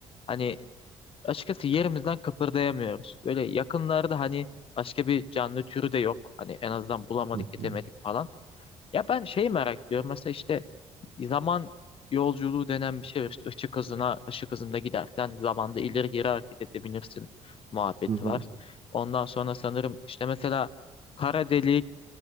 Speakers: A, on the left; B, on the right.
A: hani açıkçası yerimizden kıpırdayamıyoruz. Böyle yakınlarda hani başka bir canlı türü de yok. Hani en azından bulamadık,
B: Hı
A: edemedik
B: hı.
A: falan. Ya ben şeyi merak ediyorum. Mesela işte zaman yolculuğu denen bir şey var. İşte ışık hızına, ışık hızında gidersen zamanda ileri geri hareket edebilirsin muhabbeti
B: Hı hı.
A: var. Ondan sonra sanırım işte mesela Kara Delik